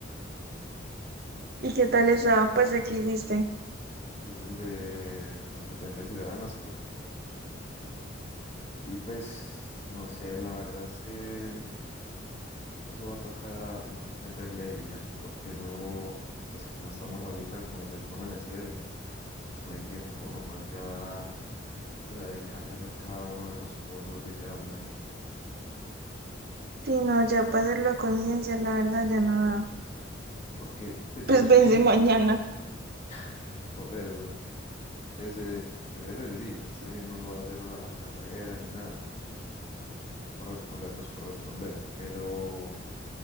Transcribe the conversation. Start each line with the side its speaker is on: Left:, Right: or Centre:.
Right: ¿Y qué tal estaba? Pues aquí diste.
Left: y es el de competencias ciudadanas, creo que es eso. Y pues, no sé, la verdad es que eso va a tocar meterle y ya, porque eso, pues como estamos ahorita con los exámenes y eso, no hay tiempo para uno ponerse a, pues a dedicarse a hacer cada uno de esos cosas, literalmente.
Right: Sí, no, ya para hacerlo a conciencia, la verdad ya no da.
Left: Porque, pues
Right: Pues
Left: yo sí,
Right: vence mañana.
Left: <laughs> por eso, ese, pues ese sí, ese sí no lo voy a hacer a la carrera ni nada, por responder, pues por responder, pero,